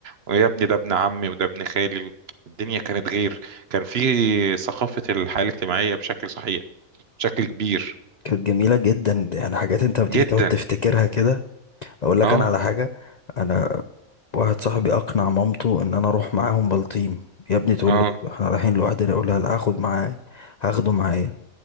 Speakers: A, on the right; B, on the left.
A: ويا ابني ده ابن عمي وده ابن خالي الدنيا كانت غير كان في ثقافة الحياة الاجتماعية بشكل صحيح بشكل كبير
B: كانت جميلة جدا يعني حاجات انت بتيجي
A: جدا
B: تقعد تفتكرها كده اقول لك
A: اه
B: انا على حاجة انا واحد صاحبي اقنع مامته ان انا اروح معاهم بلطيم يا ابني تقول
A: اه
B: له احنا رايحين لوحدنا يقول لها لا هاخد معايا هاخده معايا